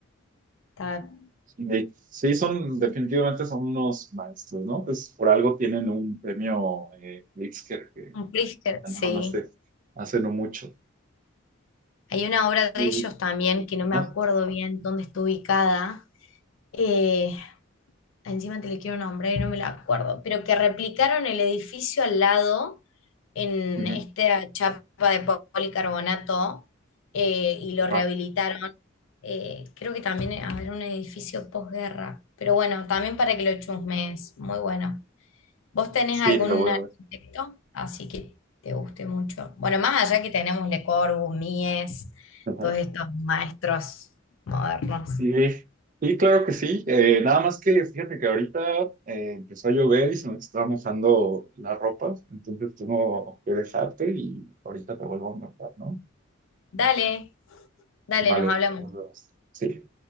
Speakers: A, on the left; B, on the right.
A: está
B: Sí. Sí, sí, son, definitivamente son unos maestros, ¿no? Pues por algo tienen un premio eh, Pritzker que
A: un brisket,
B: ganaron
A: sí.
B: hace, hace no mucho.
A: Hay una obra de
B: Y,
A: ellos también que no me
B: ajá.
A: acuerdo bien dónde está ubicada. eh, encima te le quiero nombrar y no me la acuerdo, pero que replicaron el edificio al lado en
B: Ujú.
A: esta chapa de policarbonato eh, y lo
B: Ajá.
A: rehabilitaron. Eh, creo que también, a ver, un edificio posguerra. Pero bueno, también para que lo chusmes, muy bueno. ¿Vos tenés
B: Sí,
A: algún
B: lo voy
A: arquitecto
B: a
A: así que te guste mucho? Bueno, más allá que tenemos Le Corbusier, Mies,
B: ver.
A: todos estos maestros modernos.
B: Sí, sí, claro que sí. Eh, nada más que fíjate que ahorita eh, empezó a llover y se me estaba mojando la ropa, entonces tengo que dejarte y ahorita te vuelvo a marcar, ¿no?
A: Dale, dale,
B: Vale,
A: nos hablamos.
B: nos vemos. Sí.